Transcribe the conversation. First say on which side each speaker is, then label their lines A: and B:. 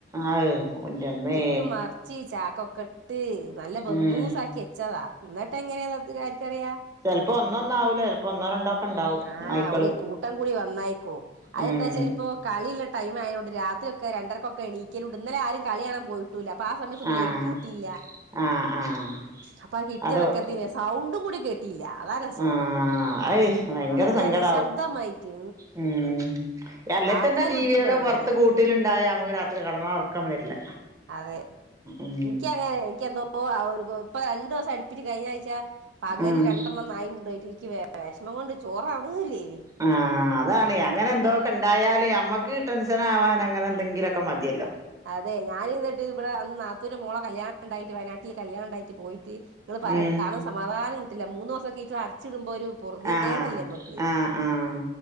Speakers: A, on the right; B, on the right.
A: ആയോ എന്റെമ്മേ
B: ചുറ്റും മറ ച്ചി ചാക്കൊക്കെ ഇട്ട് നല്ല ബന്ദൂസാക്കി
A: ഉം
B: വച്ചതാ എന്നിട്ട് എങ്ങനെയാന്ന് ആർക്കറിയാം
A: ചിലപ്പോ ഒന്നോ ഒന്നാവൂല്ല ചിലപ്പോ ഒന്നോ രണ്ടോ ഒക്കെ ഉണ്ടാവും
B: ആഹ്
A: നായ്ക്കള്
B: ഒരു കൂട്ടം കൂടി വന്നായിരിക്കും അതെന്താച്ചാല്
A: ഉം
B: ഇപ്പോ കളിയുള്ള ടൈം ആയോണ്ട് രാത്രിയൊക്കെ രണ്ടരക്കൊക്കെ എണീക്കലോണ്ട് ഇന്നലെ ആരും കളികാണൻ പോയിട്ട് ട്ടുല്ല അപ്പൊ ആ സമയത്തൊന്നും
A: ആഹ്
B: ലൈറ്റുട്ടില്ല
A: ആഹ് ആഹ്
B: അപ്പൊ ആ കിട്ടിയതക്കത്തിന്
A: അതോ
B: സൗണ്ടും കൂടി കേട്ടില്ല അതാണ് രസം
A: ആഹ് അയ് ഭയങ്കര
B: വളരെ
A: സങ്കടാവും
B: നിശബ്ദമായിട്ട്
A: ഉം അല്ലേ
B: ആൾക്കാര്
A: തന്നെ ജീവികള്
B: പിടിച്ചിട്ടുണ്ടായ
A: പുറത്ത്
B: മാതിരിയ
A: കൂ ട്ടിലുണ്ടായ നമുക്ക് രാത്രി കടന്നാൽ ഉറക്കം വരില്ല
B: അതെ
A: ഉം
B: എനിക്കങ്ങനെ എനിക്കെന്തോ ഇപ്പൊ രണ്ടു ദിവസം അടുപ്പിച്ച് കഴിഞ്ഞ ആഴ്ച പകല്
A: ആഹ്
B: രണ്ടെണ്ണം നായി കൊണ്ടുപോയിട്ട് എനിക്ക് വിഷമം കൊണ്ട് ചോററങ്ങൂല്ലേനി
A: ആഹ് അതാണ് അങ്ങനെ എന്തോക്കെണ്ടായാല് ഞമ്മക്ക് ടെൻഷനാവാൻ അങ്ങനെ എന്തെിലൊക്കെ മതിയല്ലോ
B: അതെ ഞാനെന്നിട്ട് ഇവിടെ അന്ന് നത്തുൻ്റെ മോളെ കല്യാണം ഉണ്ടായിട്ട് വയനാട്ടിൽ കല്യാണണ്ടായിട്ട് പോയി നിങ്ങള് പറയും
A: ഉം
B: സമാധാനം കിട്ടില്ല മൂന്ന് ദിവസം ഒക്കെ <unintelligible> അടച്ചിടുമ്പോ ഒരു പെറുതികേടല്ലേ
A: ആഹ്
B: നമ്മക്ക്
A: ആഹ് ആഹ്